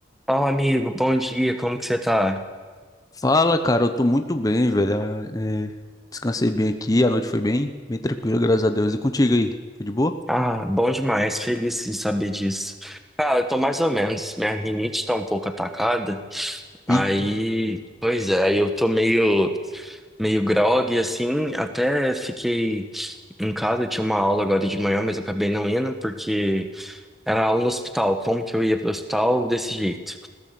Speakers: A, in the centre; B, on the left (about 20°).
A: Fala, amigo, bom dia, como que você tá?
B: Fala, cara, eu tô muito bem, velho. Ah, é, descansei bem aqui, a noite foi bem, bem tranquila, graças a Deus. E contigo aí? Foi de boa?
A: Ah, bom demais, feliz de saber disso. Cara, eu tô mais ou menos, minha rinite tá um pouco atacada, aí,
B: Eita.
A: pois é, eu tô meio, meio grogue, assim, até fiquei em casa, tinha uma aula agora de manhã, mas eu acabei não indo, porque era aula no hospital, como que eu ia pro hospital desse jeito?